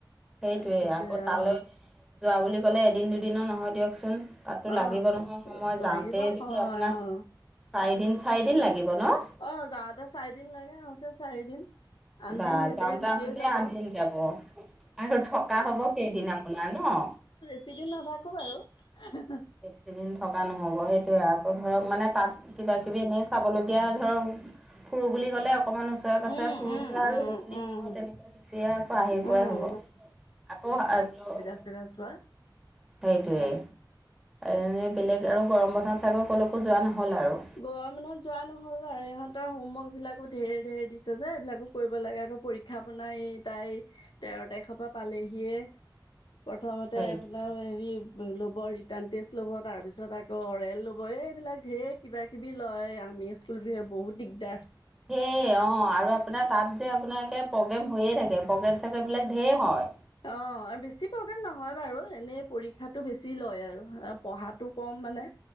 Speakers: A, in the centre; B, on the left.
A: সেইটোৱে
B: তাৰপিছতে
A: আকৌ তালৈ
B: অ
A: যোৱা বুলি ক'লে এদিন দুদিনৰ নহয় দিয়কচোন। তাতো লাগিব
B: অ
A: নহয় সময় যাওঁতে
B: লাগিব সময়
A: যিদি আপোনাক,
B: অ
A: চাৰিদিন-চাৰিদিন লাগিব ন?
B: অ', যাওঁতে চাৰিদিন লাগে আহোতেও চাৰিদিন। আঠদিন
A: বা
B: সেইতে
A: যাওঁনতে
B: গুচিয়ে
A: আহোনতে
B: যাব
A: আঠ দিন যাব, আৰু থকা হব কেইদিন আপ পোনাৰ ন?
B: বেছিদিন নাথাকোঁ আৰু।
A: বেছি দিন থকা নহ'ব, সেইটোয়ে আচ ধৰক মানে তাত কিবাকিবি এনেই চাবলগীয়া হলে ধৰক, ফুৰো বুলি ক'লে অকমান ওচৰে পাছৰে
B: উম,
A: ফুৰোঁনতে
B: উম,
A: আৰু
B: উম,
A: সেইখিনি
B: উম,
A: সময় তেনেকৈ গুচিয়ে আকৌ আহি পোৱাই
B: উম,
A: হ'ব। আকৌ <unintelligible> নো
B: <unintelligible> ছোৱা।
A: সেইটোৱেই এনেই বেলেগ আৰু গৰম বন্ধত চাগৈ ক'লৈকো যোৱা নহ'ল আৰু?
B: গৰম বন্ধত যোৱা নহ'ল বাৰু ইহঁতৰ হমৱৰ্ক বিলাকো ধেৰ-ধেৰ দিছে যে, এইবিলাকো কৰিব লাগে আকৌ পৰীক্ষা আপোনাৰ এই তাই তেৰ তাৰিখৰ পা পালেহিয়ে। প্ৰথমতে
A: সেইটোৱে।
B: আপোনাৰ হেৰি ল'ব ৰিটাৰ্ণ টেষ্ট ল'ব তাৰপিছত আকৌ অৰেল ল'ব এই এইবিলাক ঢেৰ কিবা কিবি লয় আমি স্কুল বিহে বহুত দিগদাৰ।
A: সে অ', আৰু আপোনাৰ তাত যে আপোনাৰ একে প্ৰগ্ৰেম হৈয়ে থাকে প্ৰগ্ৰেম চগ্ৰেম বিলাক ধেৰ হয়।
B: অ', আৰু বেছি প্ৰবেম নহয় বাৰু। এনেই পৰীক্ষাতটো বেছি লয় আৰু এ পঢ়াটো কম মানে